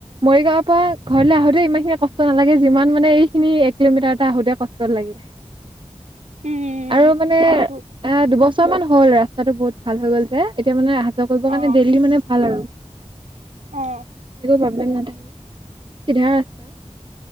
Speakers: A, on the right; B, on the right.
A: মৰি গগাঁৱৰ পৰা ঘৰলৈ আহোতে ইমান খিনি কষ্ট নালাগে যিমান মানে এইখিনি এক কিলোমিটাৰ এটা আহোতে কষ্ট লাগে।
B: <inaudible> উম
A: আৰু মানে এ
B: হয়তো
A: দুবছৰ মান। হ'ল ৰাস্তাটো বহুত ভাল হৈ গ'ল যে এতিয়া মানে অহা যোৱা কৰিবৰ কাৰণে
B: অ
A: ডেইলি মানে ভাল আৰু
B: অ
A: একো প্ৰব্লেম নাথাকে চিধা ৰাস্তা